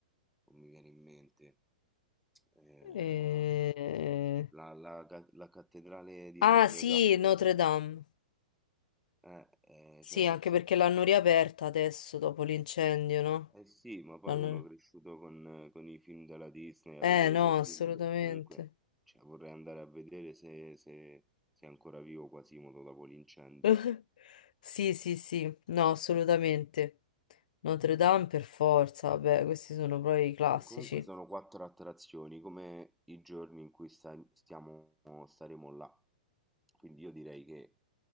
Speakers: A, in the centre; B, on the left.
A: Non mi viene in mente. Eh,
B: eh,
A: la, la ca- la cattedrale di
B: Ah
A: Notre
B: sì,
A: Dame,
B: Notre Dame.
A: eh, eh,
B: Sì,
A: cioè nel
B: anche
A: senso...
B: perché l'hanno riaperta adesso dopo l'incendio, no?
A: Eh sì, ma poi
B: L'hanno-
A: uno cresciuto con con i film della Disney, a
B: Eh
A: vedere
B: no,
A: Quasimodo,
B: assolutamente.
A: comunque, cioè, vorrei andare a vedere se se- se è ancora vivo Quasimodo dopo l'incendio.
B: <laughs> Sì, sì, sì, no, assolutamente. Notre Dame per forza, vabbè, questi sono proprio i classici.
A: E comunque sono quattro attrazioni, come i giorni in cui sta- stiamo- staremo là. Quindi io direi che